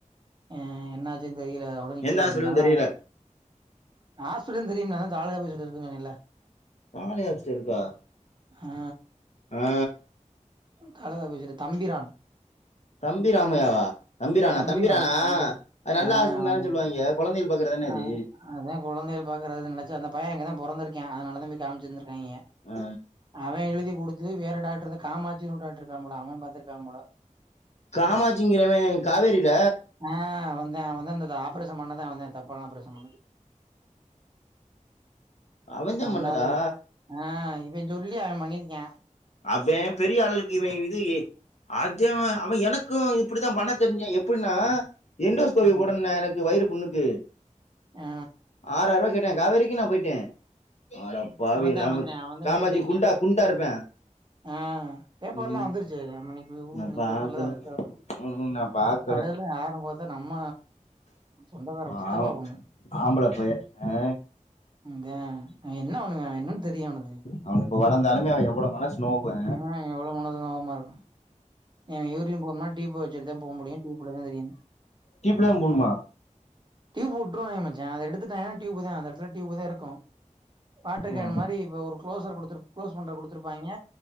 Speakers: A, on the right; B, on the left.
A: ஆ என்னாச்சுன் தெரில அதோட நிக்குது
B: எந்த ஹாஸ்பிட்டல்னு
A: ரெண் நாள்
B: தெரியல
A: ஆவு ஆஸ்பிட்டல்ன் தெரியும் நாதா தாலுக்கா ஆபீஸ் கிட்ட இருக்குன் சொன்னேல்ல
B: தாலுகா ஆபிஸ்ட இருக்கா
A: ஆ
B: ஆ
A: தாலுகா ஆபிஸ்கிட்ட தம்பிரான்
B: தம்பி ராமையாவா தம்பிரானா
A: தம்பிரான்
B: தம்பிரானா
A: தம்பிரான்
B: அது நல்ல
A: ஆ
B: ஆஸ்பிட்டல்
A: அவன்
B: தான சொல்லுவாயிங்க பாக்கறன
A: ஆ
B: அது
A: அதா கொழந்தைகள் பாக்கறது நெனச்சா அந்த பைய அங்கதா பொறந்துருக்கியா அதனாலதா போய் காம்ச்சிருந்துக்காய்ங்க
B: ஆ
A: அவே எழுதி குடுத்து வேற டாக்டர் அந்த காமாச்சினு ஒரு டாக்டர் இருக்கா போல அவே பாத்திருப்பியா போல
B: காமாச்சிங்கிறவே காவேரில
A: ஆ அவந்தே அவந்தே இந்த ஆஃப்ரேசன் பண்ணதே அவந்தே தப்பான ஆப்பரேஷன் பண்ணது
B: அவன் தான்
A: அந்தாலு
B: பண்ணதா
A: ஆ இவே சொல்லி அவே பண்ணிருக்கியா
B: அவே பெரிய அளுலுக்கு இவே இது ஏ அதுஅவ அவ எனக்கு இப்படிதா பண்ண தெரிஞ்சா எப்புன்னா எண்டோஸ்கோபி
A: ம்
B: போடணுன்னா எனக்கு வயிறு புண்ணுக்கு
A: ஆ
B: ஆறாயிருவா கேட்டாங் காவேரிக் வீனா போயிட்டே அடப்பாவிகளா
A: அவன்தா அவன்தா
B: நமக்
A: அவன்தா
B: காமாச்சி
A: அப்டி பண்ணிருக்கா
B: குண்டா குண்டா இருப்பே
A: ஆ பேப்பர்லா
B: ம்
A: வந்துருச்சு நாம இன்னிக்கு <unintelligible> ஊர்
B: நா
A: இன்னிக்கு
B: பாக்கல
A: பேப்பர்லதா வந்துருச்சா அத பத்தி
B: ம் நா பாக்கல
A: கழுல யார பாத் அத நம்ம சொந்தக்கார
B: பாவு
A: சித்தப்பா பொண்ணு
B: ஆம்பள பையே அ
A: அதா என்ன அவுனுங்க என்னன் தெரியூ அவுனுக்கு
B: அவன் இப்ப வளந்தாலுமே அவ எவ்ளோ மனசு நோவுவ
A: ம் எவ்ளோ <unintelligible> இருக்கு எனங்கு யூரின் போன்மா டீப்பு வெச்சுட்டுதா போ முடியு டிப்புல தா தெரியு
B: டீப்புல தா போனுமா
A: டியூப் வுட்ருவாய்ங்க மச்சா அத எடுத்துட்டாய்ங்கனா டியூப்பு தா அந்த எடத்துல டியூபு தா இருக்கும் வாட்டரு கேன்
B: ம்
A: மாரி இப்ப ஒரு குளோஸர் குடுத்து குளோஸ் பண்ற குடுத்துருப்பாய்ங்க